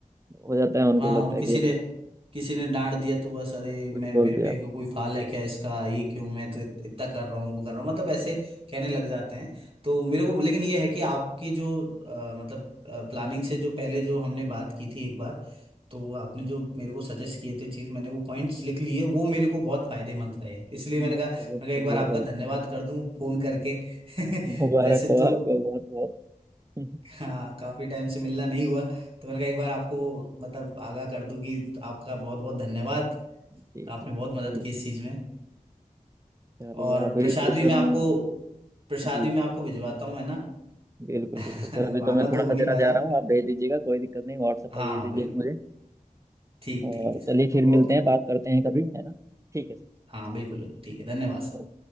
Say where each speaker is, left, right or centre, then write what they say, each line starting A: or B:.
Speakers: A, on the right; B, on the right.
A: हो जाता है उनको
B: हाँ
A: लगता
B: और
A: है
B: किसी
A: कि ये
B: ने
A: बस
B: किसी ने डांट दिया तो बस अरे मेरे
A: कुछ बोल
B: मेरे
A: दिया
B: पे को-
A: बिल्कुल
B: कोई फाल है क्या इसका ये क्यों मैं तो इत, इतना कर रहा हूँ वो कर रहा हूँ मतलब ऐसे
A: बिल्कुल
B: कहने लग जाते हैं तो मेरे को लेकिन ये है कि आपकी जो अ, मतलब प्लानिंग से जो पहले जो हमने बात की थी एक बार तो आपने जो मेरे को सजेस्ट किए थे चीज मैंने वो पॉइंट्स लिख लिए वो मेरे को बहुत फायदेमंद रहे इसलिए
A: हम्म,
B: मैंने कहा मैं
A: बहुत
B: कहा एक
A: बढ़िया
B: बार आपका
A: बहुत
B: धन्यवाद
A: बढ़िया
B: कर दूं फोन करके <laughs>
A: मुबारक
B: वैसे
A: हो
B: तो
A: आपको बहुत बहुत <laughs>
B: हाँ काफी टाइम से मिलना नहीं हुआ तो मैंने कहा एक बार आपको मतलब आगाह कर दूं कि आपका बहुत बहुत धन्यवाद
A: जी
B: आपने
A: जी
B: बहुत
A: कोई
B: मदद की
A: इशू।
B: इस चीज में
A: चलिए
B: और
A: अभी
B: प्रसाद
A: तो
B: भी
A: सर
B: मैं आपको
A: मैं
B: प्रसाद
A: जी
B: भी मैं आपको भिजवाता हूँ है ना
A: बिल्कुल
B: <laughs>
A: बिल्कुल सर अभी तो
B: आना
A: मैं थोड़ा
B: तो हो नहीं
A: अधेरा
B: पाया
A: जा रहा
B: आपका
A: हूँ आप भेज दीजिएगा कोई दिक्कत नहीं व्हाट्सएप
B: हाँ
A: पर भेज दीजिएगा
B: बिल्कुल
A: मुझे
B: ठीक
A: और
B: ठीक है सर
A: चलिए फिर मिलते
B: ओके
A: हैं बात करते हैं कभी है ना ठीक है
B: हाँ बिल्कुल ठीक है धन्यवाद सर
A: सर